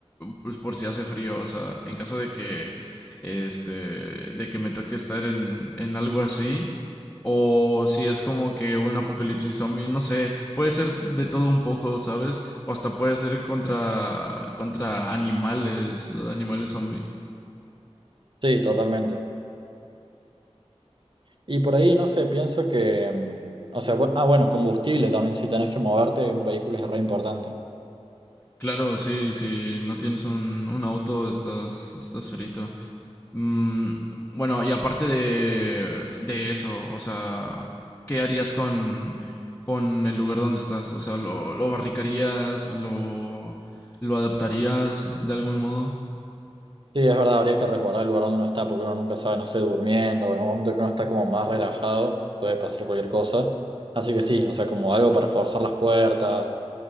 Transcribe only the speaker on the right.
sí, totalmente. Y por ahí, no sé, pienso que, mm, o sea, bu- ah, bueno, combustible también, si tenés que moverte, un vehículo es re importante.
Sí, es verdad, habría que resguardar el lugar donde uno está, porque uno nunca sabe, no sé, durmiendo, o en un momento que uno está como más relajado, puede pasar cualquier cosa. Así que sí, o sea, como algo para forzar las puertas,